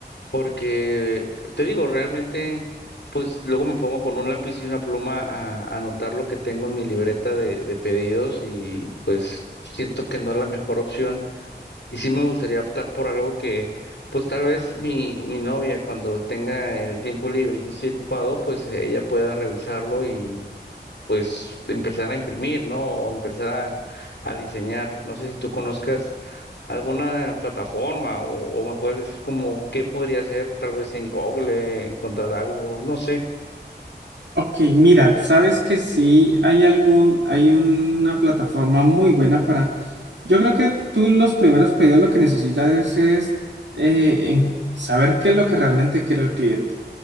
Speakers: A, on the left (about 80°); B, on the right (about 85°).
A: porque te digo, realmente pues luego me pongo con un lápiz y una pluma a, a anotar lo que tengo en mi libreta de, de pedidos y siento que no es la mejor opción y sí me gustaría optar por algo que, pues tal vez mi, mi novia cuando tenga el tiempo libre y yo estoy ocupado, pues ella pueda revisarlo y pues empezar a imprimir, ¿no? O empezar a, a diseñar. No sé si tú conozcas alguna plataforma o, o me puedes decir como qué podría hacer, tal vez en Google, encontrar algo, no sé.
B: Ok, mira, sabes que sí hay algún, hay una plataforma muy buena para, yo creo que tú los primeros pedidos lo que necesitas es, es, eh, en saber qué es lo que realmente quiere el cliente.